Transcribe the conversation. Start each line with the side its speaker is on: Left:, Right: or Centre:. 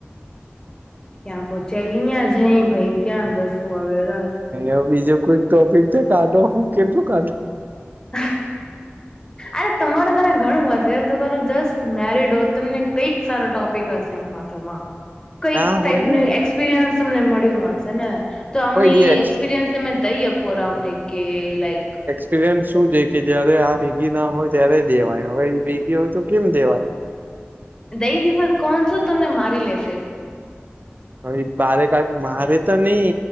Left: ક્યાં પોહચ્યાં અઈંયા છે જઈ ભાઈ ક્યાં જશુ હ
Right: એ બીજું કોઈક ટોપિક છે કાઢો હું કેટલું કાઢું.
Left: <inaudible> અરે તમારે ઘરે ઘણું વાશે તમારો જસ્ટ મેરિડ હો તમને કંઈક સારા ટોપિક હશે એમાં. કઈક
Right: ના
Left: ટાઈપનું
Right: હોય ને
Left: એક્સપિરિયન્સ તમને મળ્યું હશે ને? તો અમને
Right: હોય
Left: ઈ
Right: એ
Left: એક્સપિરિયન્સ તમે દઈ આપકોમને કે લાઈક
Right: એપરયન્સ શું છે કે જયારે આ ભેગી ના હોય ત્યારે દેવાય હવે ઈ ભેગી હોય તો કેમ દેવાય
Left: દઈ દીવા કોણસો તમને મારી લેશે.
Right: હવે બારે કાઢ મારે તો નહી